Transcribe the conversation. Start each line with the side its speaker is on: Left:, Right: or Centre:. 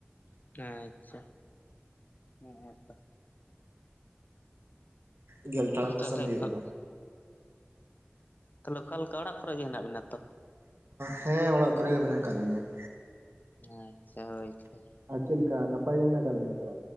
Left: ᱟᱪᱪᱷᱟ, ᱦᱮᱸᱛᱚ ᱾
Right: ᱜᱮᱞ ᱴᱟᱲᱟᱝ ᱠᱚᱥᱮᱱ
Left: ᱛᱟᱦᱚᱞᱮ
Right: ᱦᱩᱭᱩᱜᱼᱟ
Left: ᱚᱠᱟ ᱦᱚᱸ ᱛᱟᱦᱞᱮ ᱚᱠᱟ ᱞᱮᱠᱟ ᱚᱲᱟᱜ ᱠᱚᱨᱮ ᱜᱮ ᱦᱮᱱᱟᱜ ᱵᱤᱱᱟ ᱛᱚ?
Right: ᱦᱮᱸ, ᱚᱲᱟᱜ ᱠᱚᱨᱮᱜ ᱢᱮᱱᱟᱜ ᱟᱠᱟᱫ ᱞᱤᱧᱟᱹ ᱾
Left: ᱟᱪᱪᱷᱟ, ᱦᱳᱭᱛᱚ ᱾
Right: ᱟᱨ ᱪᱮᱫ ᱞᱮᱠᱟ ᱱᱟᱯᱟᱭ ᱜᱮ ᱢᱮᱱᱟᱜ ᱟᱠᱟᱫ ᱵᱮᱱᱟ ᱛᱚ?